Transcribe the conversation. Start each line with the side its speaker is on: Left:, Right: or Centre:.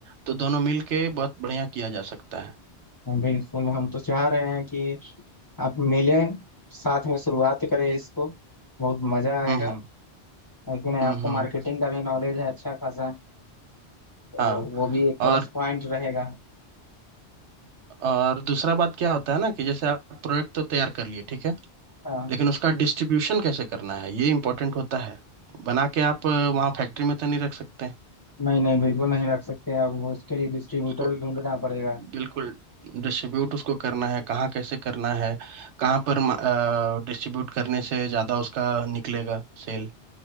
Right: तो दोनों मिल के बहुत बढ़िया किया जा सकता है
Left: हाँ, बिल्कुल हम तो चाह रहे हैं कि आप मिलें साथ में शुरुआत करें इसको बहुत मजा आएगा
Right: हम्म हम्म
Left: लेकिन आपको
Right: हम्म हम्म,
Left: मार्केटिंग का भी नॉलेज है अच्छा खासा तो
Right: हाँ
Left: वो भी एक प्लस
Right: और
Left: पॉइंट रहेगा
Right: और दूसरा बात क्या होता है ना कि जैसे आप प्रोडक्ट तो तैयार कर लिए ठीक है
Left: हाँ
Right: लेकिन उसका डिस्ट्रीब्यूशन कैसे करना है ये इम्पोर्टेंट होता है बना के आप अ, वहाँ फैक्ट्री में तो नहीं रख सकते हैं
Left: नहीं नहीं बिल्कुल नहीं रख सकते अब वो उसके लिए डिस्ट्रीब्यूटर
Right: उसको
Left: भी ढूंढना पड़ेगा
Right: बिल्कुल डिस्ट्रीब्यूट उसको करना है कहाँ कैसे करना है कहाँ पर डिस्ट्रीब्यूट करने से ज़्यादा उसका निकलेगा सेल